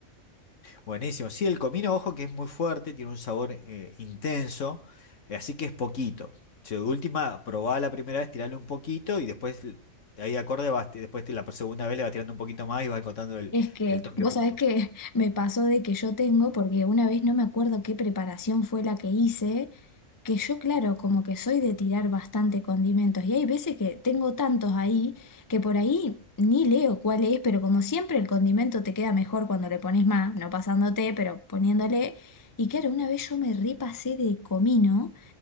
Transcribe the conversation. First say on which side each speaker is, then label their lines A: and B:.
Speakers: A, on the left (about 65°); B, on the left (about 25°).
A: Buenísimo. Sí, el comino, ojo, que es muy fuerte, tiene un sabor eh, intenso, eh, así que es poquito. Si de última, probá la primera vez, tirarle un poquito y después, l- ahí acorde, vas, después te- la segunda vez le vas tirando un poquito más y vas encontrando el,
B: Es que
A: el toque
B: <laughs> vos
A: justo.
B: sabés que <laughs> me pasó de que yo tengo, porque una vez no me acuerdo qué preparación fue la que hice, que yo, claro, como que soy de tirar bastante condimentos y hay veces que tengo tantos ahí que por ahí ni leo cuál es, pero como siempre el condimento te queda mejor cuando le pones más, no pasándote, pero poniéndole. Y claro, una vez yo me repasé de comino.